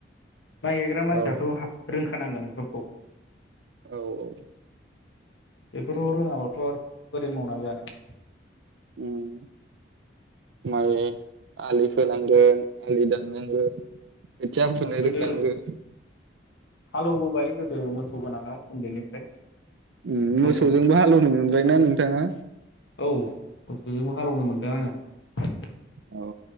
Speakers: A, on the left; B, on the right.
A: माइ गायग्रा
B: औ
A: मानसियाथ' हा रोंख खोनांगोन बेफोरखौ
B: औ औ
A: बेफोरखौ रोङाबाथ' आरो बोरै मावनानै जानो।
B: उम माइ आलि खोनांगोन आलि दाननांगोन खोथिया फुनो
A: गोदो
B: रोंनांगोन
A: हालौबोबाय गोदो मोसौ गोनाङाव उन्दैनिफ्राय
B: उम
A: मोसौ
B: मोसौजोंबो हालेवनो मोनबायना नोंथाङा
A: औ मोसौजोंबो हालेवनो मोनदों आङो
B: औ